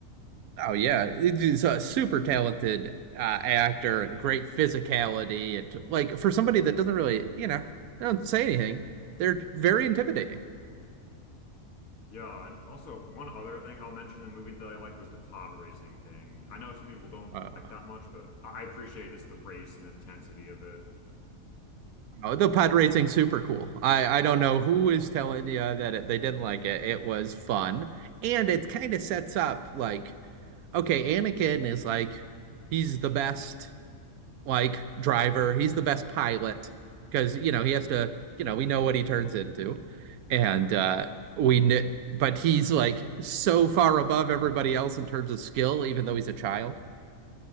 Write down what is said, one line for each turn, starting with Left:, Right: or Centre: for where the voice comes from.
Right: Oh yeah, he's a super talented uh, actor and great physicality and like for somebody that doesn't really, you know, they don't say anything, they're very intimidating.
Left: Yeah, and also one other thing I'll mention in the movie that I liked was the pod racing thing. I know some people don't
Right: Uh,
Left: like that much, but I I appreciate just the race and the intensity of it.
Right: oh, the pod racing super cool. I I don't know who is telling you that it, they didn't like it. It was fun, and it kind of sets up like okay, Anakin is like he's the best like driver. He's the best pilot because you know he has to. You know we know what he turns into, and uh, we kn- but he's like so far above everybody else in terms of skill, even though he's a child.